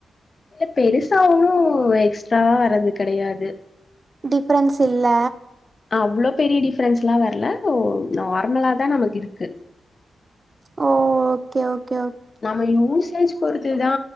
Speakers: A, on the left; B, on the right.
A: இல்ல பெருசா ஒன்னு எக்ஸ்ட்ராவா வரது கெடையாது
B: டிஃப்ரென்ஸ் இல்ல
A: அவ்ளோ பெரிய டிஃப்ரன்ஸ் எல்லா வரல ஓ நார்மலா தா நமக்கு இருக்கு
B: ஓ ஓகே ஓகே ஓக்
A: நம்ம யூசேஜ் பொறுத்துதா